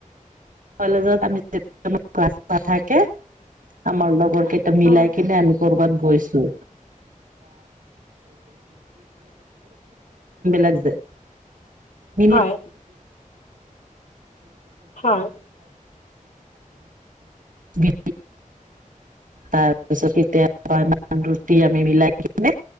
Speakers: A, on the right; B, on the left.
A: কলেজত আমিয়া ক্লাছ থাকে আমাৰ লগৰ কেইটা মিলাই
B: অ
A: কিনে আমি কৰবাত গৈছো যায় <unintelligible>
B: হয় হয়।
A: বি তাৰপিছত এতিয়া ৰুটি আমি মিলাই কিনে